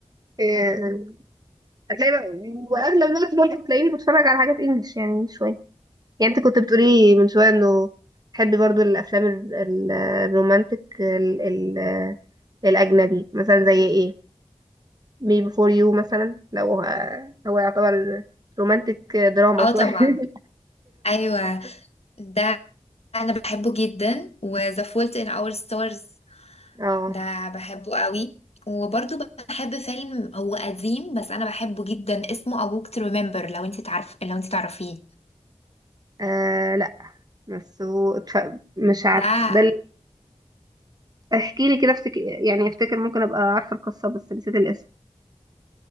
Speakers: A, on the right; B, on the left.
A: آه، هتلاقي بقى واغلب الوقت برضه هتلاقيني بتفرج على حاجات انجلش يعني شويه يعني انت كنت بتقولي من شويه انه تحبي برضو الافلام ال- ال- الرومانتك ال ال الاجنبي مثلا زي ايه مي بيفور يو مثلا لو ه- هو يعتبر رومانتك دراما
B: اه
A: شويه
B: طبعا
A: <laughs>
B: ايوه ده انا بحبه جدا و The Fault in Our Stars
A: اه
B: ده بحبه قوي وبرضو بحب فيلم هو قديم بس انا بحبه جدا اسمه A Walk to Remember لو انت تعرف لو انت تعرفيه
A: آه، لا بس هو اتف- مش عارفه
B: ده
A: ده اللي احكي لي كده افتكر يعني افتكر ممكن ابقى عارفه القصه بس نسيت الاسم